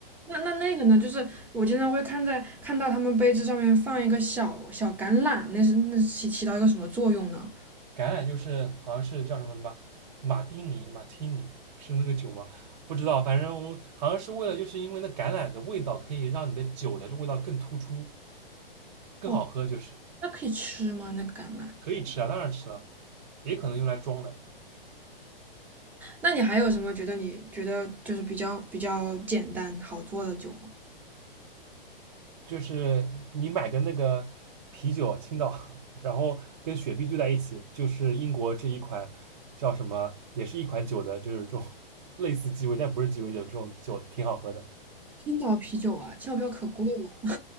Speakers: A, in the centre; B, on the right (about 45°).
A: 那那那个呢？就是我经常会看在看到他们杯子上面放一个小小橄榄，那是那是起起到一个什么作用呢？
B: 橄榄就是好像是叫什么马马丁尼马提尼是那个酒吗？不知道，反正我好像是为了就是因为那橄榄的味道可以让你的酒的这味道更突出，更好喝，
A: 哦，
B: 就是
A: 那可以吃吗？那个橄榄？
B: 可以吃啊，当然吃了，也可能用来装的。
A: 那你还有什么觉得你觉得就是比较比较简单好做的酒吗？
B: 就是你买个那个啤酒，青岛，<laughs> 然后跟雪碧兑在一起，就是英国这一款叫什么，也是一款酒的，就是这种 <laughs> 类似鸡尾，但不是鸡尾酒，这种酒挺好喝的。
A: 青岛啤酒啊，青岛啤酒可贵了。